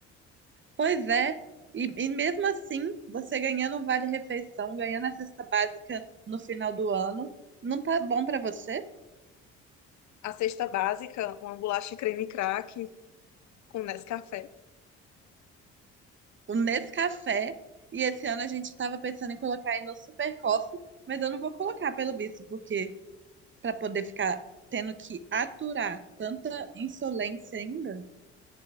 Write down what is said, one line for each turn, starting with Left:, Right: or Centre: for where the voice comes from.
Right: Pois é, e, e mesmo assim, você ganhando um vale-refeição, ganhando a cesta básica no final do ano, não tá bom pra você?
Left: A cesta básica, uma bolacha creme crack com Nescafé.
Right: O Nescafé, e esse ano a gente tava pensando em colocar aí no Super Coffee, mas eu não vou colocar pelo visto, porque pra poder ficar tendo que aturar tanta insolência ainda,